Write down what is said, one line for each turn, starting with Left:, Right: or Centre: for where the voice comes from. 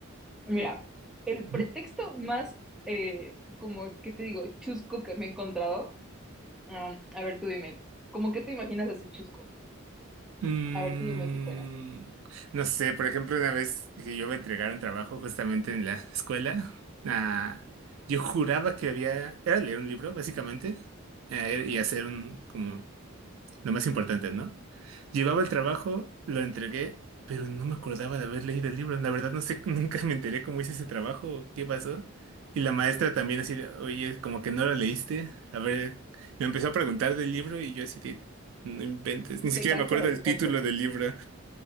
Centre: Mira, el
Right: Ujú.
Centre: pretexto más, eh, como, ¿qué te digo? Chusco que me he encontrado. Um, a ver, tú dime, ¿cómo que te imaginas así chusco?
Right: Mm,
Centre: A ver si me superas.
Right: no sé, por ejemplo, una vez que yo me entregaron trabajo justamente en la escuela, ah, yo juraba que había, era leer un libro, básicamente, eh, y hacer un, como, lo más importante, ¿no? Llevaba el trabajo, lo entregué, pero no me acordaba de haber leído el libro. La verdad no sé, <laughs> nunca me enteré cómo hice ese trabajo, o qué pasó. Y la maestra también así de, oye, como que no lo leíste. A ver, me empezó a preguntar del libro y yo así de, no inventes, ni siquiera
Centre: Te cacho,
Right: me acuerdo el
Centre: te
Right: título
Centre: cacho.
Right: del libro.